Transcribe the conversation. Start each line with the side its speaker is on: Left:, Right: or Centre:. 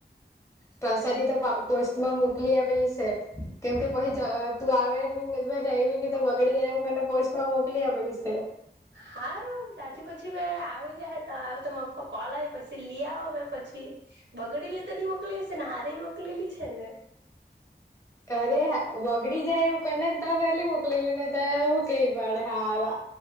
Left: પ્રસાદી તો પ પોસ્ટમાં મુકલી આપેલી સે. કેમ કે પહિ તું આવે ની <unintelligible> બગડી જાય એમ કરને પોસ્ટમાં મોકલી આપેલી સે
Right: હાારું તાથી પછી મે આવી જાહે તો માપા કોલ પસી લીયાવા મે પછી બગડેલી તો ની મોકલેલી સે ને હારી મોકલેલી છે ને
Left: અરે બગડી જાય એવું કરનેને તો વેલી મોકલેલી ને તે એવું કઈ પાડે હારા